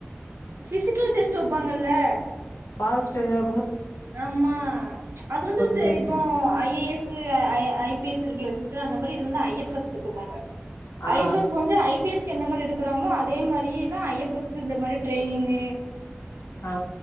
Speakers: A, on the right; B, on the left.
A: ஃபிசிக்கல் டெஸ்ட் வப்பாங்கல்ல
B: ஃபாரஸ்ட் ஏரியா
A: ஆமா அது வந்துந்து
B: சேரி
A: இப்போ
B: சேரி
A: I A S I I P S இருக்குல சிஸ்டர் அந்த மாரி இது வந்து ஐ எஃப் எஸ் பாத்துக்கோங்க
B: ஆ
A: ஐ எஃப் எஸ் வந்து ஐ பி எஸ் எந்த மாரி எடுக்கறாங்களோ அதே மாரியேதா ஐ எஃப் இந்த மாரி ட்ரெயினிங்கு
B: ஆ